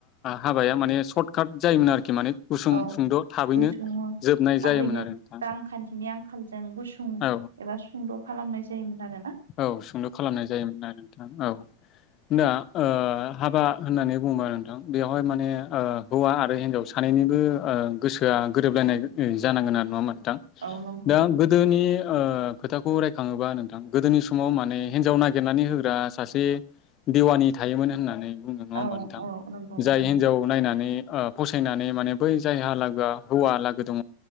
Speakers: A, on the left; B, on the right.
A: हाबाया माने सर्टकाट जायोमोन आरोखि माने गुसुं
B: औ
A: सुंद' थाबैनो
B: गुसुङ
A: जोबनाय
B: थाबैनो
A: जायोमोन आरो नोंथां
B: रांखान्थिनि आंखालजों गुसुं
A: औ
B: एबा सुंद' खालामनाय जायोमोन आरो।
A: औ सुंद' खालामनाय जायोमोन आरो नोंथां औ। दा ओ हाबा होननानै बुङोबा आरो नोंथां बेवहाय माने हौवा आरो हिनजाव सानै निबो ओ गोसोआ गोरोबलायनाय जानांगोन आरो नङा होमबा?
B: औ नंगौ
A: दा
B: नोंथां
A: गोदोनि ओ खोथाखौ रायखाङोबा नोंथां गोदोनि समाव माने हिन्जाव नागिरनानै होग्रा सासे देवानि थायोमोन होननानै बुंनो नङा होमबा
B: औ
A: नोंथां?
B: औ नंगौ
A: जाय
B: औ
A: हिनजाव नायनानै ओ फसायनानै माने बै जायहा लागोआ हौवा लागो दङ